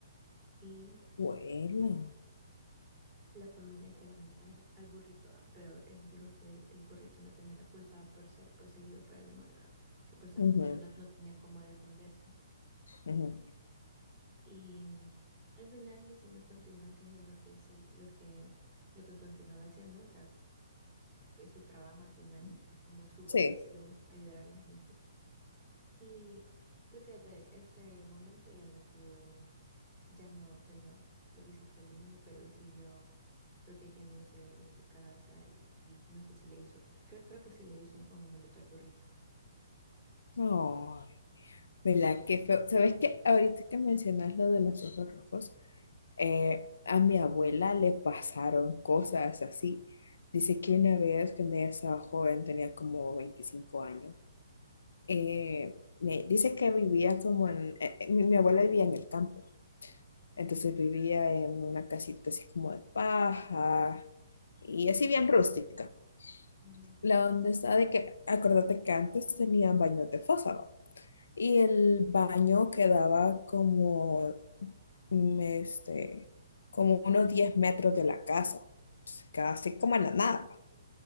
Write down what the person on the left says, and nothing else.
Vuela.
ujú,
ujú.
Sí.
Ay, ¿verdad? Qué feo. ¿Sabes qué? Ahorita que mencionas lo de los ojos rojos, eh, a mi abuela le pasaron cosas así. Dice que una vez cuando ella estaba joven, tenía como 25 años, eh, me dice que vivía como en, eh, eh, mi, mi abuela vivía en el campo, entonces vivía en una casita así como de paja y así bien rústica.
La onda está de que, acuérdate que antes tenían baños de fosa, ¿va? Y el baño quedaba como, mm, este, como unos 10 metros de la casa, pues, casi como en la nada. ¿va?